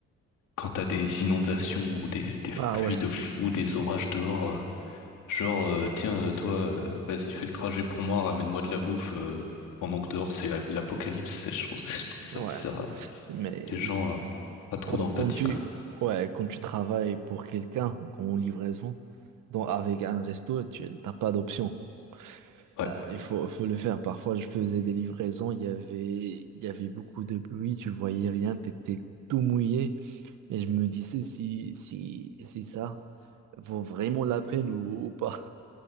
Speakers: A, on the left (about 80°); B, on the right (about 85°).
A: quand t'as des inondations ou des, des
B: Ah
A: pluies
B: ouais,
A: de fou, des orages dehors. euh, Genre, euh, tiens, euh, toi, euh, vas-y, fais le trajet pour moi, ramène-moi de la bouffe, euh, pendant que dehors c'est la- l'apocalypse, je trouve, <laughs> je trouve ça
B: ouais.
A: bizarre.
B: <laughs>
A: euh.
B: Mais
A: Les gens, euh, pas trop
B: quand,
A: d'empathie,
B: quand tu,
A: quoi.
B: ouais, quand tu travailles pour quelqu'un en livraison, donc avec un resto, tu n'as pas d'option.
A: Ouais,
B: Euh, Il faut, faut le faire. Parfois, je faisais des livraisons, il y avait, il y avait beaucoup de pluie, tu voyais rien, tu étais tout mouillé. Et je me disais si, si, si ça vaut vraiment la peine ou, ou pas.